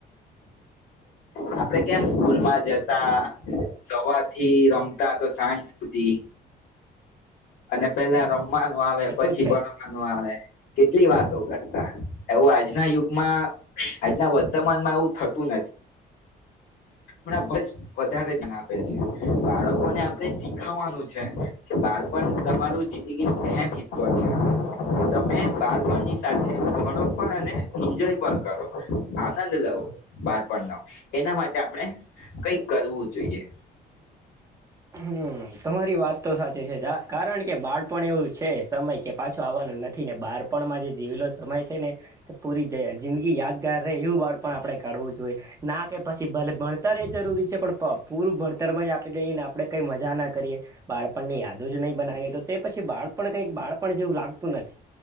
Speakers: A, on the left; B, on the right.
A: આપડે કેમ સ્કૂલમાં જતા, સવારથી રમતા તો સાંજ સુધી. અને પેલા રમ રમવાનું આવે
B: એ
A: પછી
B: તો છે
A: ભણવાનું આવે. કેટલી વાતો કરતા, એવુ આજના યુગમાં આજના વર્તમાનમાં આવું થતું નથી, ણાં વધારે ધન આપે છે, બાળકોને આપણે શીખાવાનું છે. કે બાળ પણ તમારું જિંદગીનો એમ હિસ્સો છે, કે તમે બાળપણની સાથે ભણો પણ અને એન્જોય પણ કરો, આનંદ લવ, બાળપણનો, એના માટે આપણે કઈક કરવું જોઈએ.
B: હમ તમારી વાત તો સાચી છે જા કારણ કે કે બાળપણ એવું છે સમય કે પાછો આવવાનો નથી ને બહાર આપણમાં જે જીવેલો સમય છે ને, તો પૂરી જ જિંદગી યાદગાર રહે એવું વાળ પણ આપણે કાઢવું જોઈએ, ના કે પછી ભલે ભણતર એ જરૂરી છે પણ પૂરું ભણતરમાં જ આપી દઈએને આપણે કંઈ મજા ના કરીએ, બાળપણની યાદો જ નહી બનાવીએ તો તે પછી બાળપણ કંઈક બાળપણ જેવું લાગતું નથી,